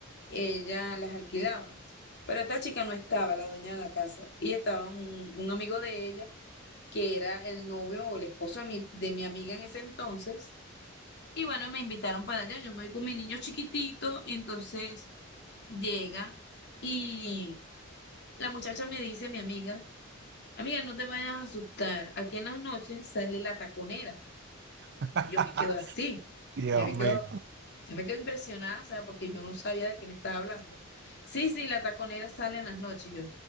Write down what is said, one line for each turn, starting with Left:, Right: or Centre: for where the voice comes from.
Left: ella las alquilaba. Pero esta chica no estaba, la dueña de la casa, y estaba un, un amigo de ella, que era el novio o el esposo de mi, de mi amiga en ese entonces. Y bueno, me invitaron para allá, yo me voy con mi niño chiquitito, y entonces llega y la muchacha me dice, mi amiga, amiga, no te vayas a asustar. Aquí en las noches sale la taconera.
Right: <laughs>
Left: Y yo me quedo así.
Right: Dios
Left: Yo me quedo,
Right: mío.
Left: yo me quedo impresionada, o sea, porque yo no sabía de qué me estaba hablando. Sí, sí, la taconera sale en las noches. Yo,